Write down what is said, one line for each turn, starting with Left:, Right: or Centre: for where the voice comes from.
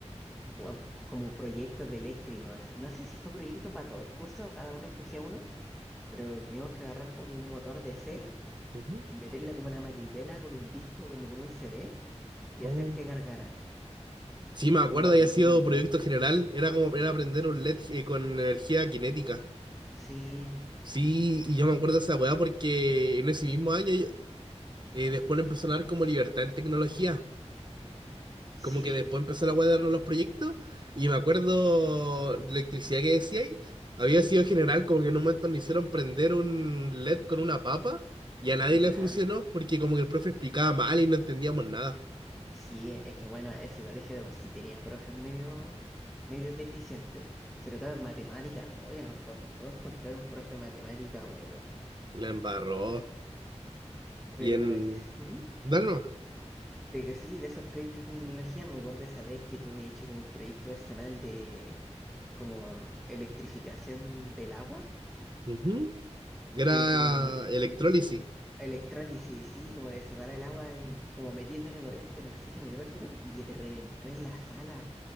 Centre: uf, como proyectos de eléctrico, así. No sé si fue proyecto para todo el curso o cada uno escogía uno pero que teníamos que agarrar como un motor D C,
Right: Ujú.
Centre: meterle como una manivela con un disco, como con un C D y
Right: Oh.
Centre: hacer que gargara,
Right: Sí, me acuerdo,
Centre: como para
Right: había
Centre: prender
Right: sido
Centre: un LED.
Right: proyecto general. Era como era aprender un LED eh, con energía cinética.
Centre: Sí,
Right: Sí, y yo me acuerdo de esa weá porque en ese mismo año Eh, después le empezó a dar como libertad en tecnología.
Centre: sí,
Right: Como que después empezó la weá de darnos los proyectos. Y me acuerdo, la electricidad que decía ahí, había sido general, como que en un momento nos hicieron prender un LED con una papa y a nadie le
Centre: ya.
Right: funcionó porque como que el profe explicaba mal y no entendíamos nada.
Centre: Sí, e, es que bueno, ese colegio de por sí tenía profes medio, medio deficientes, sobre todo en matemática. Oye, nos costó encontrar un profe de matemática bueno,
Right: La embarró.
Centre: pero
Right: Y en...
Centre: de lo que es. ujú,
Right: Dano.
Centre: De que sí, de esos proyectos de tecnología, me acuerdo de esa vez que tuve hecho como un proyecto personal de como electrificación del agua
Right: Ujú. Era
Centre: y de que
Right: electrólisis.
Centre: electrólisis, sí, como de separar el agua en, como metiéndole corriente en oxígeno, e hidrógeno, y que te reventó en la sala.